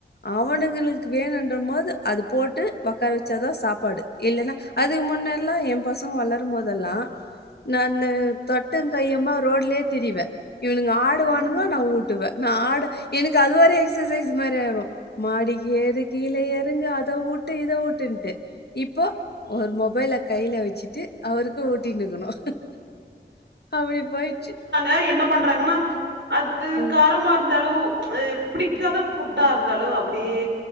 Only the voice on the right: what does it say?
ம்
அ என்ன பண்றாங்கன்னா அது
காரமா இருந்தாலும் புடிக்காத ஃபுட்டா இருந்தாலு அப்டியே